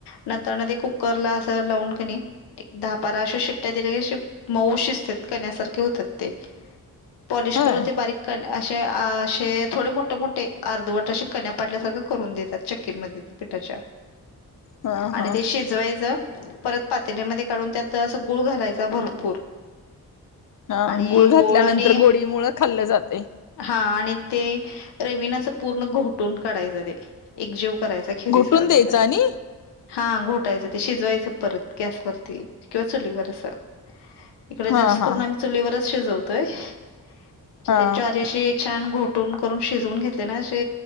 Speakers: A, on the left; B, on the left.
A: नंतर ते कुकरला असं लावून की नाही, एक दहा <unintelligible> अशा शिट्ट्या दिल्या की अशे मऊ शिजतात, कण्यासारखे होतात ते. पॉलिश
B: होय
A: करून ते बारीक क अशे आ अशे असे थोडे मोठे- मोठे अर्धवट तसे कण्या पाडल्या सगळं करून देतात. चक्कीमध्ये ते पिठाच्या.
B: हा हा
A: आणि ते शिजवायचं. परत पातेलेमध्ये काढून, त्यात अस गुळ घालायचा भरपूर.
B: हा
A: आणि
B: गुळ घातल्यानंतर
A: गोड आणि
B: गोडी मुळ खाल्लं जाते
A: हा आण ते रवी ने असं पूर्ण घोटून काढायचे त एक जीव करायचं, खिरी
B: घोटून
A: सारखं
B: द्यायचं
A: त्याला.
B: आणि
A: हा घोटायचं ते. शिजवायचं परत, गॅसवरती किंवा चुलीवर असं. इकडे
B: हा
A: जास्त
B: हा
A: करून आम्ही चुलीवरचं शिजवतोय. म्हणजे
B: हा
A: ते ज्वारी अशी छान घोटून करून, शिजवून घेतले ना, असे